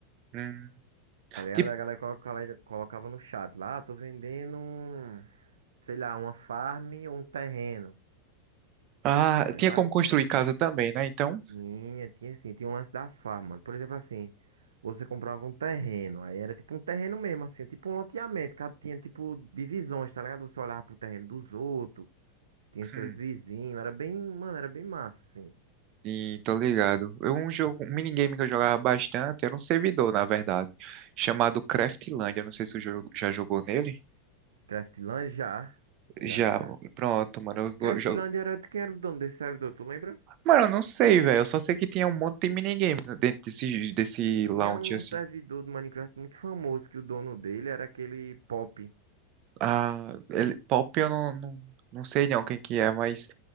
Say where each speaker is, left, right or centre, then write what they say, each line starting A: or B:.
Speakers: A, on the right; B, on the right.
A: Hum,
B: tá ligado?
A: tipo,
B: A galera colocava, colocava no chat lá, "Ah, tô vendendo, um, sei lá, uma farm ou um terreno,
A: ah,
B: tá ligado?
A: tinha como construir casa também, né? Então,
B: Tinha, tinha assim, tinha um lance das farmas, mano. Por exemplo, assim, você comprava um terreno, aí era tipo um terreno mesmo, assim, tipo um loteamento, cada tinha tipo divisões, tá ligado? Você olhava pro terreno dos outros, tinha seus
A: hum.
B: vizinhos, era bem, mano, era bem massa, assim.
A: Sim, tô ligado. Eu- Um jogo, um minigame que eu jogava bastante, era um servidor, na verdade, chamado Craftlandia. Não sei se você já jogou nele.
B: Craftland já, já,
A: Já,
B: já.
A: pronto, mano. Eu go-
B: Craftland
A: jogo.
B: era de quem era o dono desse servidor, tu lembra?
A: Mano, eu não sei, velho. Eu só sei que tinha um monte de minigame dentro desse, desse lounge,
B: Tinha um
A: assim.
B: servidor do Minecraft muito famoso, que o dono dele era aquele Pop.
A: Ah, ele, Pop eu não, não, não sei não quem que é, mas